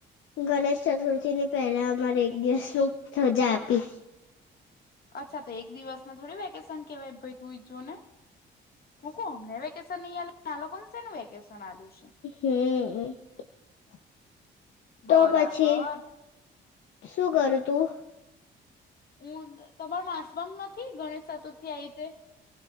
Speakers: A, on the left (about 75°); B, on the left (about 50°).
A: ગણેશ ચતુર્થી ની પહેલા અમારે એક દિવસ ન સજા આપી
B: અચ્છા તો એક દિવસ થોડી ન કહેવાય તું જોને હું કહ અમને વેકેશન નહી આલો છે નું વેકેશન આ્યું
A: હમ
B: બરાબર
A: તો પછી શું કરું તું
B: હું તમાર મા નથી ગણેશ સાતુરથી આ રીતે